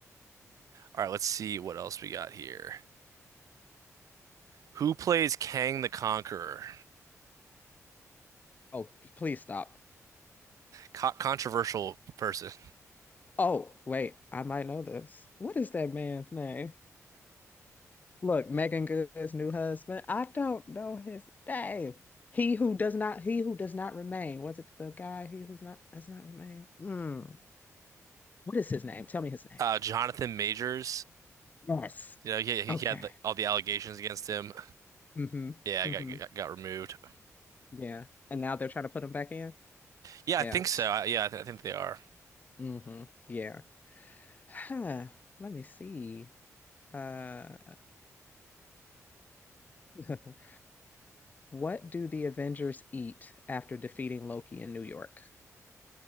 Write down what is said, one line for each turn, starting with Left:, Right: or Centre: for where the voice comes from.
Right: All right, let's see what else we got here. Who plays Kang the Conqueror?
Left: Oh, please stop.
Right: Co controversial person.
Left: Oh, wait, I might know this. What is that man's name? Look, Megan Good's new husband. I don't know his name. He who does not, he who does not remain. Was it the guy? He who's not does not remain. Mm. What is his name? Tell me his name.
Right: Uh Jonathan Majors.
Left: Yes.
Right: You know, he,
Left: Okay.
Right: he had the, all the allegations against him.
Left: Mm-hmm.
Right: Yeah, I
Left: Mm-hmm.
Right: got, got got removed.
Left: Yeah. And now they're trying to put him back in.
Right: Yeah,
Left: Yeah.
Right: I think so.
Left: T-
Right: I, yeah, I, th I think they are.
Left: Mm-hmm. Yeah. Huh. Let me see. Uh, <laughs> what do the Avengers eat after defeating Loki in New York?